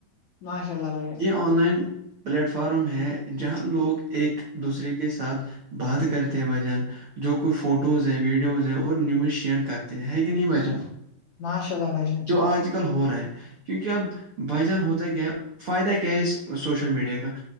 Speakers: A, on the left; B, on the right.
A: ماشاء اللہ بھائی جان
B: یہ آن لائن پلیٹ فارم ہے جہاں لوگ ایک دوسرے کے ساتھ بات کرتے ہیں بھائی جان جو کچھ فوٹوز ہے ویڈیوز ہے اور نیوز شیئر کرتے ہے کہ نہیں بھائی جان
A: ماشاء اللہ بھائی جان
B: جو آج ہو رہا ہے کیونکہ اب بھائی جان ہوتا ہے کیا فائدہ کیا ہے اس سوشل میڈیا کا